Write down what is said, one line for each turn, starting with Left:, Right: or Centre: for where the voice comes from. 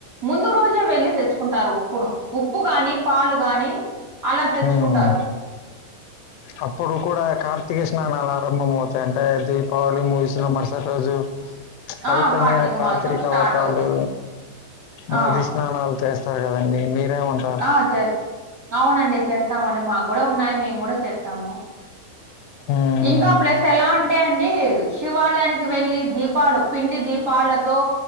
Right: ముందు రోజే వెళ్ళి తెచ్చుకుంటారు ఉప్పును ఉప్పు గాని పాలు గాని అలా తెచ్చుకుంటారు
Left: ఉమ్. అప్పుడు కూడా కార్తీక స్నానాలు ఆరంభం అవుతాయి అంటే దీపావళి ముగిసిన మరుసటి రోజు
Right: ఆ
Left: పవిత్రమైన
Right: కార్తీక
Left: కాత్రిక
Right: మాసం స్టార్ట్
Left: వ్రతాలు
Right: అవుతుంది
Left: నది
Right: ఆ
Left: స్నానాలు చేస్తారు కదండి మీరేమన్
Right: ఆ చేస్ అవునండి చేస్తామండి మాకూడా ఉన్నాయి మేము కూడా చేస్ తము
Left: ఉమ్,
Right: ఇంకా ప్లస్ ఎలా ఉంటాయండి శివాలయానికి వెళ్ళి దీపాలు పిండి దీపాలతో